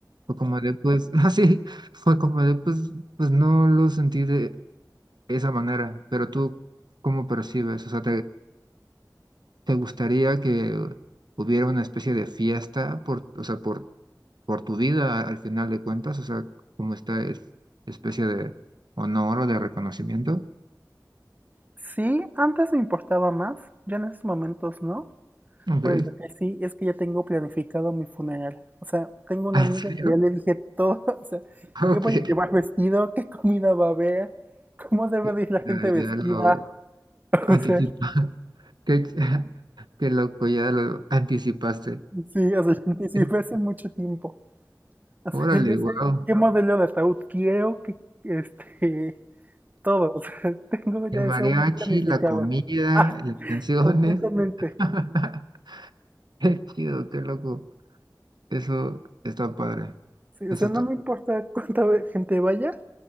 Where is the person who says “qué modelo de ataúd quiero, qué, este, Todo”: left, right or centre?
Right